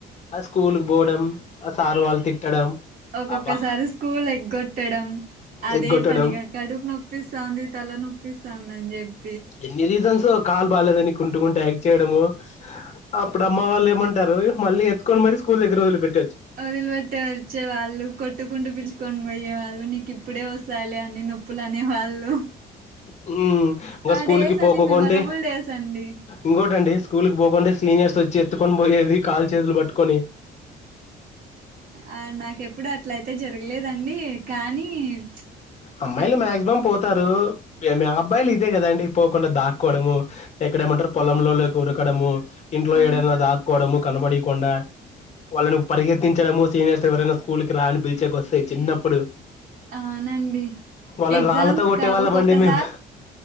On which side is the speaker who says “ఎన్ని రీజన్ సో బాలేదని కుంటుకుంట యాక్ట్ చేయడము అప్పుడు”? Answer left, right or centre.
Left